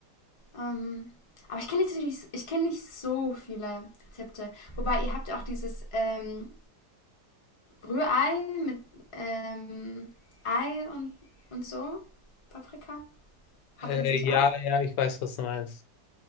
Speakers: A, on the left (about 25°); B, on the left (about 80°).
A: Ähm, aber ich kenne nicht, ich kenne nicht so viele Rezepte. Wobei ihr habt ja auch dieses ähm, Rührei mit ähm, Ei und, und so, Paprika. Habt
B: Äh,
A: ihr das nicht
B: ja,
A: auch?
B: ja, ich weiß, was du meinst.